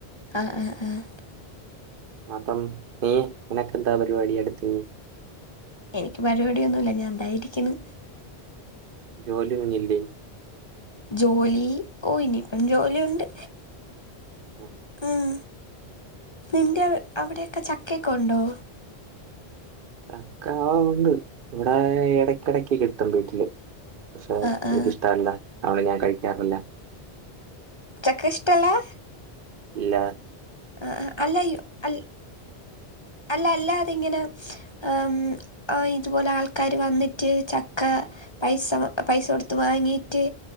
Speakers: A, on the left; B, on the right.
A: ആഹ് ആഹ് ആഹ്
B: അപ്പം നീ നിനക്ക് എന്താ പരിപാടി അടുത്തത്
A: എനിക്ക് പരിപാടിയൊന്നുമില്ല ഞാൻ തായിരിക്കുന്നു
B: ജോലിയൊന്നും ഇല്ലേ
A: ജോലി ഓ ഇനി ഇപ്പം ജോലിയുണ്ട്
B: അഹ്
A: ഉം. നിന്റെ വ് അവ്ടെ യൊക്കെ ചക്കക്കെ ഉണ്ടോ?
B: ചക്ക ആഹ് ഉണ്ട്. ഇവടെ എടക്കിടക്ക് കിട്ടും വീട്ട്ല്. പക്ഷെ
A: ആ ആ
B: ഇൻക്കിഷ്ടല്ല. അതോണ്ട് ഞാൻ കഴിക്കാറില്ല.
A: ചക്ക ഇഷ്ടല്ലാ
B: ഇല്ലാ
A: ആഹ് ആഹ് അല്ല ഇ അൽ അല്ല അല്ലാതെ ഇങ്ങനെ ആഹ് മ് ആഓയ് ഇത്പോലെ ആൾക്കാര് വന്നിട്ട് ചക്കാ പൈസ മ പൈസ കൊട്ത്ത് വാങ്ങീയിട്ട്